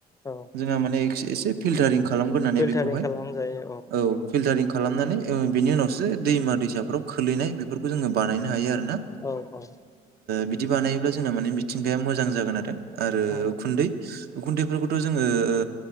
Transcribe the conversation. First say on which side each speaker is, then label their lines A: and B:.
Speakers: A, on the left (about 20°); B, on the right (about 65°).
A: औ
B: जोंहा माने एसे फिल्टारिं खालामग्रानै
A: फिल्टारिं
B: बेखौहाय
A: खालामजायो
B: औ फिल्टारिं खालामनानै बिनि उनावसो दैमा दैसाफ्राव खोलैनाय बेफोरखौ जोङो बानायनो हायो आरो ना
A: औ औ
B: बिदि बानायोब्ला जोंना माने मिथिंगाया मोजां जागोन आरो आरो
A: औ
B: उखुन्दै उखुन्थैफोरखौथ' जोङो ओ